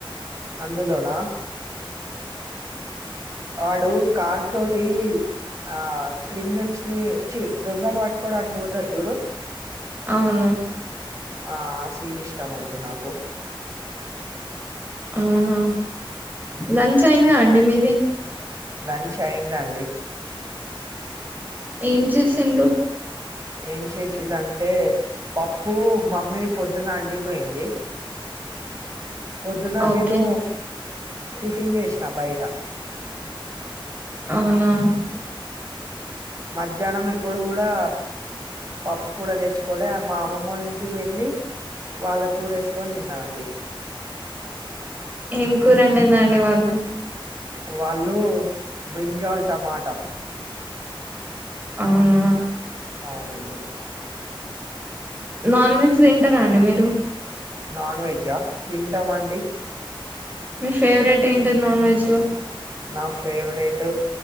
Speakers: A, on the right; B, on the right.
A: అందులోనా వాడు కార్ తోటి ఆ క్రిమినల్స్ని చి దొంగను పట్టుకోడానికి పోతడు జూడు
B: అవును
A: ఆ ఆ సీన్ ఇష్టం అండి నాకు
B: అవునా లంచ్ అయిందా అండి మీది
A: లంచ్ అయిందండి
B: ఏం చేసిర్రు
A: ఏం చేసిల్ అంటే పప్పు మమ్మీ పొద్దున వండిపోయింది పొద్దున
B: ఓకే
A: నేను టిఫిన్ చేసిన బయట
B: అవునా
A: మధ్యాహ్నం ఇప్పుడు కూడా పప్పు కూడా తెచ్చుకోలే మా అమ్మమ్మవాళ ఇంటికి వెళ్ళి వాళ్ళ కూరేసుకొని తిన్నాఅండి
B: ఏం కూరవండిందండి వాళ్ళు
A: వాళ్ళు బ్రింజాల్ టమాట
B: అవ్ నా?
A: అవునండి
B: నాన్ వెజ్ తింటారా అండి మీరు?
A: నాన్ వెజ్జా తింటాం అండి.
B: మీ ఫేవరెట్ ఏంటిది నాన్ వెజ్ లో?
A: నా favourite